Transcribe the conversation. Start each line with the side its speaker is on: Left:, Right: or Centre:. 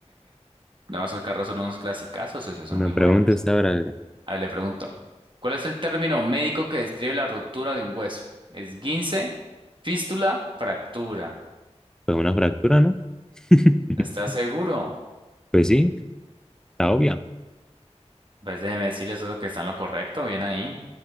Right: No, esos carros son unos clasicazos, socio. Son
Centre: Una
Right: muy buenos.
Centre: pregunta, usted habrá,
Right: A ver, le pregunto. ¿Cuál es el término médico que describe la ruptura de un hueso? ¿Esguince, fístula, fractura?
Centre: fue una fractura, ¿no? <laughs>
Right: ¿Estás seguro?
Centre: Pues sí, está obvia.
Right: Pues déjeme decirle, socio, que está en lo correcto. Bien ahí.